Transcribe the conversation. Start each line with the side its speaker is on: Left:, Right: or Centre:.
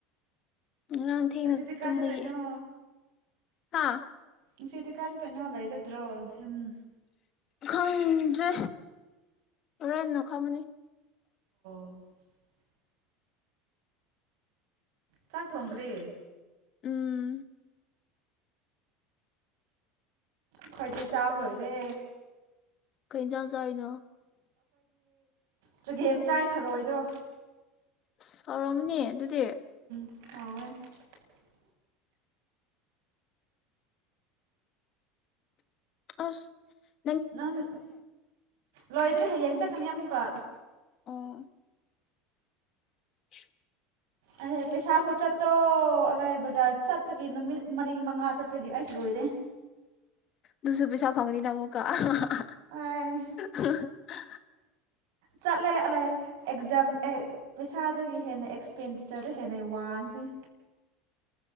Left: ꯉꯔꯥꯟ ꯊꯦꯡꯅ
Right: ꯉꯁꯤꯗꯤ ꯀꯥꯏ
Left: ꯇꯨꯝꯕꯒꯤ
Right: ꯆꯠꯇꯣꯏꯅꯣ
Left: ꯍꯥꯥ
Right: ꯏ ꯁꯤꯗꯤ ꯀꯥꯥꯁꯦ ꯇꯣꯏꯅ ꯂꯩꯒꯗ꯭ꯔꯣꯨꯝ
Left: ꯈꯪꯗ꯭ꯔꯦ ꯔꯔꯟꯅ ꯈꯪꯉꯅꯤ
Right: <unintelligible> ꯆꯥꯛ ꯊꯣꯡꯗ꯭ꯔꯤ
Left: ꯎꯝ
Right: ꯑꯩꯣꯏꯗꯤ ꯆꯥꯕ ꯂꯣꯏꯔꯦ
Left: ꯀꯩ ꯆꯥꯟ ꯆ ꯑꯩꯅꯣ
Right: ꯆꯨꯒꯦꯝ ꯆꯥꯏꯊꯔꯣꯏꯗꯣ
Left: ꯁꯔꯝꯅꯤꯠ ꯑꯗꯨꯗꯤ
Right: ꯑ
Left: ꯑ
Right: ꯅꯪ ꯂꯣꯏꯗ꯭ꯔꯦ ꯍꯌꯦꯡ ꯆꯠꯀꯅꯤ ꯑꯃꯨꯛꯀ
Left: ꯑꯣ ꯈꯤꯎ <inaudible>
Right: ꯑꯗꯦ ꯄꯩꯤꯁꯥ ꯀꯨꯆꯠꯇꯣ ꯆꯂꯥꯏ ꯕꯖꯥꯔ ꯆꯠꯄꯒꯤ ꯅꯨꯃꯤꯠ ꯃꯔꯤ ꯃꯉꯥ ꯆꯠꯄꯒꯤ ꯑꯩꯁꯨ ꯂꯣꯏꯔꯦ
Left: ꯑꯗꯨꯗꯨꯁꯨꯔ ꯄꯩꯁꯥ ꯐꯪꯅꯤꯅ ꯑꯃꯨ ꯑꯥꯑꯥ ꯍꯥ ꯍꯥ
Right: ꯑꯥꯏ
Left: ꯍꯥ ꯍꯥ <inaudible>
Right: ꯆꯠꯂꯦꯠꯂ ꯑꯦꯛꯖꯥꯝ ꯑꯦ ꯄꯩꯁꯥꯗꯒꯤ ꯍꯦꯟꯅ ꯑꯦꯛꯁꯄꯦꯟꯗꯤꯆꯔꯗ ꯍꯦꯟꯅ ꯋꯥꯡꯈꯅꯤ